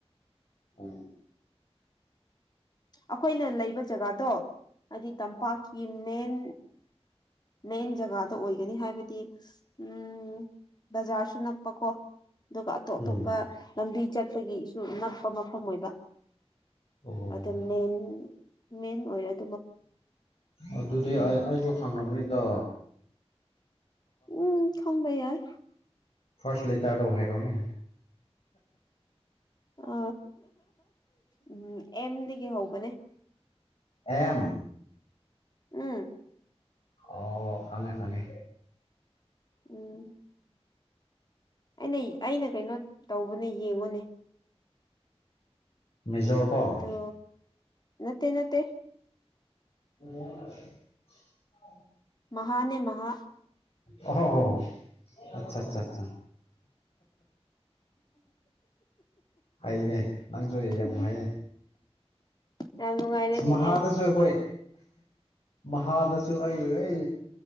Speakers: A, on the left; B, on the left.
A: <inaudible>
B: ꯑꯩꯈꯣꯏꯅ ꯂꯩꯕ ꯖꯒꯥꯗꯣ ꯍꯥꯏꯗꯤ ꯇꯝꯄꯥꯛꯀꯤ ꯃꯦꯟ ꯃꯦꯟ ꯖꯒꯥꯗ ꯑꯣꯏꯒꯅꯤ ꯍꯥꯏꯕꯗꯤ ꯎꯝ ꯕꯖꯥꯔꯁꯨ ꯅꯛꯄꯀ‌ꯣ ꯑꯗꯨꯒ ꯑꯇꯣꯞ ꯑꯇꯣꯞꯄ
A: ꯎꯝ
B: ꯂꯝꯕꯤ ꯆꯠꯄꯒꯤꯁꯨ ꯅꯛꯄ ꯃꯐꯝ ꯑꯣꯏꯕ
A: ꯑꯣ
B: ꯑꯗ ꯃꯦꯟ ꯃꯦꯟ ꯑꯣꯏꯔꯗꯤ
A: ꯎ ꯑꯗꯨꯗꯤ ꯑꯩ ꯑꯩꯁꯨ ꯈꯪꯔꯝꯅꯤꯗ
B: ꯎꯝ ꯈꯪꯕ ꯌꯥꯏ
A: ꯐꯥꯔꯁ ꯂꯤꯇꯔꯗꯣ ꯍꯥꯏꯔꯣꯅꯦ
B: ꯑ ꯎꯝ ꯑꯦꯝꯗꯒꯤ ꯍꯧꯕꯅꯦ
A: ꯑꯦꯝ
B: ꯎꯝ
A: ꯑꯣ ꯐꯉꯦ ꯐꯉꯦ
B: ꯎꯝ ꯑꯩꯅ ꯑꯩꯅ ꯀꯩꯅꯣ ꯇꯧꯕꯅꯦ ꯌꯦꯡꯉꯨꯅꯦ
A: ꯃꯤꯖꯣꯔ ꯀ‌ꯣ
B: ꯑꯗꯨ ꯅꯠꯇꯦ ꯅꯠꯇꯦ
A: ꯎ <unintelligible>
B: ꯃꯍꯥꯅꯦ ꯃꯍꯥ
A: ꯑꯣ ꯍꯣ ꯍ‌ꯣ ꯍ‌ꯣ ꯑꯆꯥ ꯑꯆꯥ ꯑꯆꯥ ꯑꯩꯅꯦ ꯅꯪ ꯆꯣꯏꯦ ꯌꯥꯝ
B: ꯎꯝ
A: ꯍꯥꯏꯌꯦ
B: ꯌꯥꯝ ꯅꯨꯡꯉꯥꯏꯔꯦꯅꯦꯍꯦ
A: ꯃꯍꯥꯗꯁꯨ ꯑꯩꯈꯣꯏ ꯃꯍꯥꯗꯁꯨ ꯑꯩ ꯑꯩ